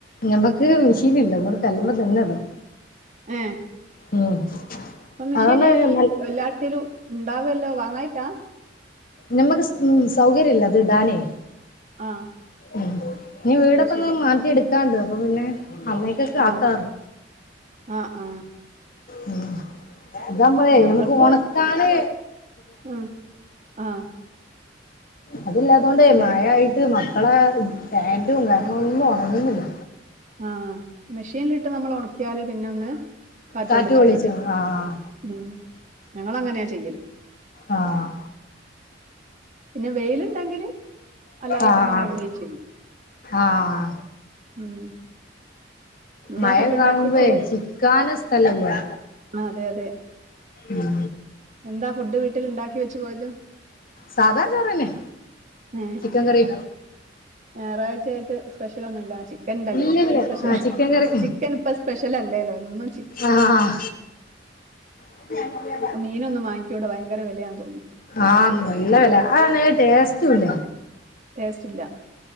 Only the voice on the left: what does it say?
ഞമ്മക്ക് മെഷീൻ ഇല്ല അതോണ്ട് കല്ലുമതന്നെ ഇടണം
ഉം
അതുകൊണ്ട് നൽ-
നമ്മക്ക് ഉം സൗകര്യംല്ല അത് ഇടാനേ
ഉം ഇനി വീടൊക്കെ
ഒന്ന് മാറ്റി എടുക്കാണ്ട് അപ്പൊ പിന്നെ അന്നേക്ക ക്കാക്കാന്ന്
ഉ അതാവുമ്പോ
ഞമ്മുക്ക് ഉണക്കാന്
അത് ല്ലാതോണ്ടേ
മഴായിട്ട ത് മക്കളെ പാൻറും കാര്യങ്ങളൊന്നും ഉണങ്ങുന്നില്ല
കാറ്റ് കൊള്ളിച്ചോ
ആഹ്
ആഹ്
ആഹ്
ആഹ്
മഴ
കാാവുമ്പോ
ചിക്കാന സ്ഥലല്ലേ
ഉം
സാധാ ചോറന്നെ
ചിക്കൻ കറി
ഇല്ലില്ല
ആഹ് ചിക്കൻ കറി
ആഹ <inaudible>
ആഹ് ഇള്ള വില അനെ ടേസ്റ്റല്ല